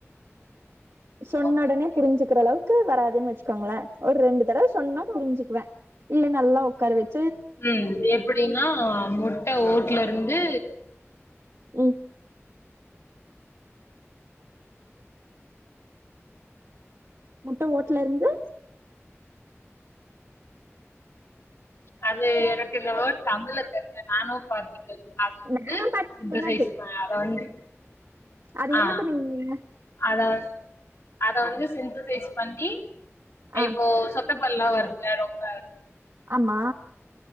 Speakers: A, on the left; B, on the right.
A: ம்
B: சொன்னொடனே
A: ஓகே ஓகே
B: புரிஞ்சுக்கிறளவ் க்கு வராதுன்னு வச்சுக்கோங்களே ஒரு ரெண்டு தடவ சொன்னா புரிஞ்சுக்குவே இல்ல நல்லா உக்கார வச்
A: உம் எப்புடின்னா முட் ட்ட ஓட்லருந்து
B: ம் முட்ட ஓட்லருந்து
A: அது எனக்கு இந்த வோட் தம்புளர் தெச்ச நானு பார்ட்டிக்கல் அது வந்து
B: நானோ பார்ட்டிகள்ன்னா
A: சிந்தசைஸ்
B: தெரியு
A: அத வந்து
B: அது
A: ஆ
B: என்ன பண்ணீங்க நீங்க
A: அத வந்து அத வந்து சிந்தசைஸ் பண்ணி
B: ஆ
A: இப்போ சொத் சொத்தபல்லா வருதுல ரொம்ப
B: ஆமா